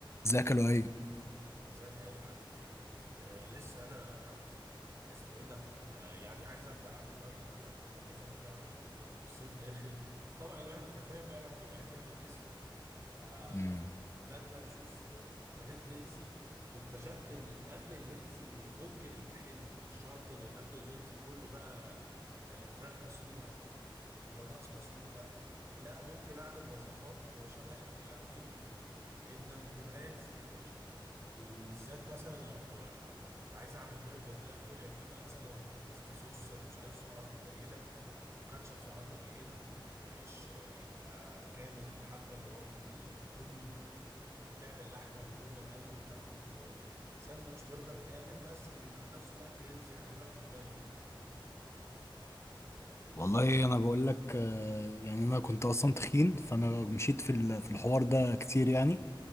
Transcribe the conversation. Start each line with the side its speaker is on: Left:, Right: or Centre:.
Left: ازيك يا لؤي
Right: ازيك يا عادل عامل ايه؟ كنت لسه انا اسمه ايه ده؟ آه يعني عايز ابدا اعمل دايت بقى خدت الاجازه وبتاع وال- والصيف داخل طبعا الواحد انت فاهم بقى الواحد بيبقى عايز يعمل جسم فبدات
Left: امم
Right: بقى اشوف آه، حاجات هيلسي واكتشفت ان الاكل الهيلسي ممكن يبقى حلو مش شرط ان الاكل الهيلسي كله بقى آه، فراخ مسلوقه وبطاطس مسلوقة لا ممكن اعمل وصفات شبه الاكل العادي جدا تبقى هيلثي يعني وبالذات مثلا لو عايز اعمل برجر لا طلع فيه بقى مثلا تيستي صوص مش عارف سعراته قليلة وكاتشب سعراته قليلة وعيش يبقى كامل الحبة اللي هو بيبقى البني وتعمل لحمة بدون اقل وتاخد ساندوتش برجر كامل بس بيبقى في نفس الوقت هيلثي يحببك في الدايت
Left: والله انا بقول لك آه، يعني انا كنت اصلا تخين فانا مشيت في ال- في الحوار ده كتير يعني